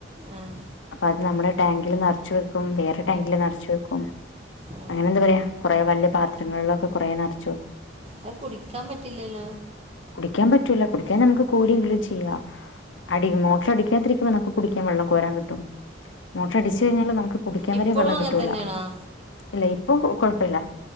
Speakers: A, on the right (about 30°); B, on the left (about 80°).
A: ആഹ്
B: അപ്പൊ അത് നമ്മുടെ ടാങ്കില് നിറച്ചു വെക്കും വേറെ ടാങ്കില് നിറച്ചു വെക്കും
A: ഓ
B: അങ്ങനെ എന്താ പറയാ കുറെേ വലിയ പാത്രങ്ങളിലൊക്കെ കുറേ നറച്ചു വെക്കും
A: അത് കുടിക്കാൻ പറ്റില്ലല്ലോ
B: കുടിക്കാൻ പറ്റൂല കുടിക്കാൻ നമുക്ക് കോര്യങ്കിലും ചെയ്യാം അടി മോട്ടർ അടിക്കാത്തിരിക്കുമ്പോ നമുക്ക് കുടിക്കാൻ വെള്ളം കോരാൻ കിട്ടും മോട്ടർ അടിച്ച കഴിഞ്ഞാൽ നമുക്ക് കുടിക്കാൻ
A: ഇപ്പോഴും
B: വരെേ വെള്ളം
A: അങ്ങനെ
B: കിട്ടൂല
A: തന്നെയാണോ
B: ഇല്ല ഇപ്പൊ കുഴപ്പമില്ല